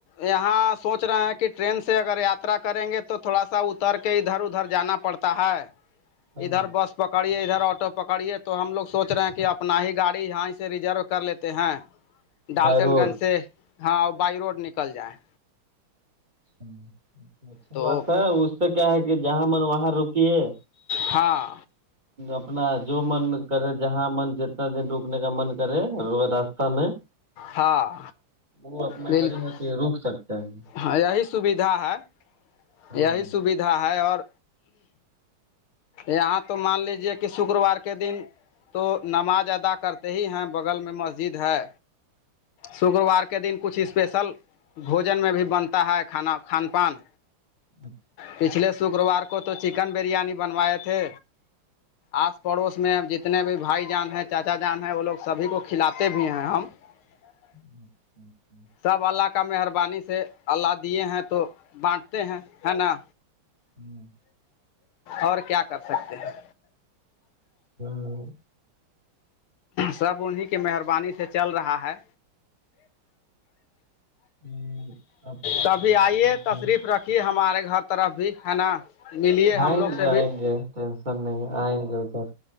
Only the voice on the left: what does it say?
یہاں سوچ رہے ہیں کہ ٹرین سے اگر یاترا کریں گے تو تو تھوڑا سا اتر کے ادھر ادھر جانا پڑتا ہے
ادھر بس پکڑیے ادھر آٹو پکڑیے تو ہم لوگ سوچ رہے ہیں کہ اپنا ہی گاڑی یہاں ہی سے ریزرو کر لیتے ہیں ڈالٹن
گنج
سے ہاں بائی روڈ نکل جائےیں
تو
ہاں
ہاں
بالکل
ہاں یہی سویدھا ہے
یہی سویدھا ہے اور یہاں تو مان لیجیے کہ شکروار کے دن تو نماز ادا کرتے ہی ہیں بغل میں مسجد ہے شکروار کے دن کچھ اسپیشل بھوجن میں بھی بنتا ہے کھانا کھان پان
پچھلے شکروار کو تو چکن بریانی بنوائے تھے آج پڑوس میں اب جتنے بھی بھائی جان ہیں چاچا جان ہے وہ لوگ سبھی کو کھلاتے بھی ہیں ہم ج
سب اللہ کا مہربانی سے اللہ دیے ہیں تو بانٹتے ہیں ہے نا
اور کیا کر سکتے ہیں
سب انہیں کے مہربانی سے چل رہا ہے
تبھی
آئیے
تشریف
رکھیے ہمارے گھر طرف بھی ہے نا ملیے ہم
لوگ
سے بھی